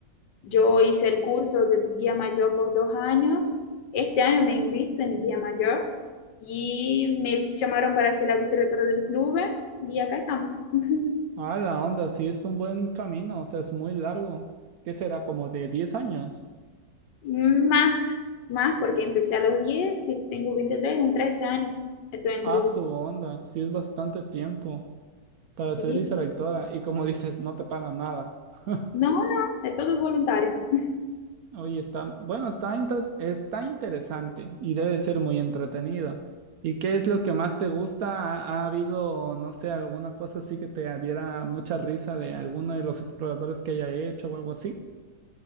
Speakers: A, on the left; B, on the right.
A: Yo hice el curso de guía mayor por dos años. Este año me invitan en guía mayor y me llamaron para ser la vicerectora del club y acá estamos. <laughs>
B: Ah, la onda, sí, es un buen camino, o sea, es muy largo. ¿Qué será? ¿Como de 10 años?
A: Más, más porque empecé a los 10 y tengo 23 son 13 años. Estoy en
B: A
A: club.
B: su onda, sí es bastante tiempo para
A: Sí.
B: ser vicerectora y como <laughs> dices, no te pagan nada. <laughs>
A: No, no, es todo voluntario. <laughs>
B: Oye, está, bueno, está, inter- está interesante y debe ser muy entretenido. ¿Y qué es lo que más te gusta? ¿Ha, ha habido, no sé, alguna cosa así que te diera mucha risa de alguno de los exploradores que haya hecho o algo así?